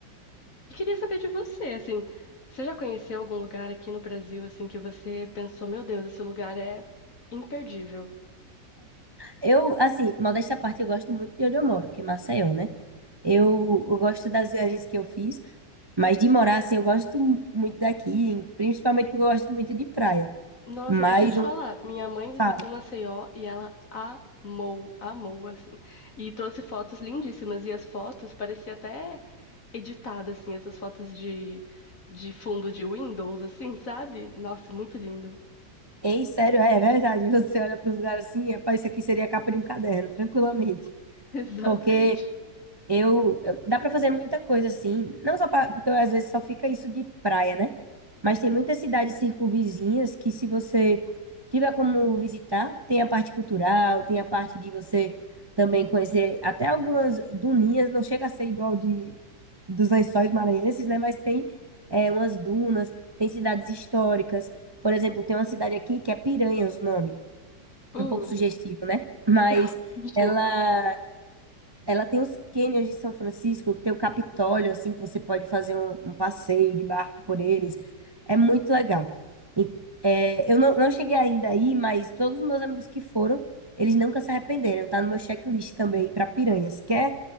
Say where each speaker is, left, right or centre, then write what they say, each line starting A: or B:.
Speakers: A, on the left; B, on the right.
A: E queria saber de você, assim, você já conheceu algum lugar aqui no Brasil, assim, que você pensou, meu Deus, esse lugar é imperdível?
B: Eu, assim, modéstia à parte, eu gosto muito de onde eu moro, que é Maceió, né? Eu, eu gosto das viagens que eu fiz, mas de morar, assim, eu gosto mu- muito daqui, principalmente porque eu gosto muito de praia.
A: Nossa,
B: Mas
A: deixa eu te
B: um,
A: falar. Minha mãe visitou
B: falo,
A: Maceió e ela amou, amou, assim. E trouxe fotos lindíssimas. E as fotos parecia até editada, assim, essas fotos de, de fundo de Windows, assim, sabe? Nossa, muito lindo.
B: ei, sério, é, é verdade. <laughs> Você olha para uns lugares assim, rapaz, isso aqui seria a capa de um caderno, tranquilamente.
A: <laughs> Exatamente.
B: Porque eu, eu- dá para fazer muita coisa assim, não só pra, porque às vezes só fica isso de praia, né? Mas tem muitas cidades circunvizinhas que, se você tiver como visitar, tem a parte cultural, tem a parte de você também conhecer até algumas duninhas, não chega a ser igual de dos lençóis maranhenses, né? Mas tem é, umas dunas, tem cidades históricas. Por exemplo, tem uma cidade aqui que é Piranhas o nome,
A: Hum,
B: um pouco sugestivo, né? Mas
A: <laughs> um
B: ela
A: pouco.
B: ela tem os cânions de São Francisco, que tem o Capitólio, assim, que você pode fazer um, um passeio de barco por eles. É muito legal. E, é, eu não, não cheguei ainda aí, mas todos os meus amigos que foram, eles nunca se arrependeram. Tá no meu checklist também para Piranhas, que é,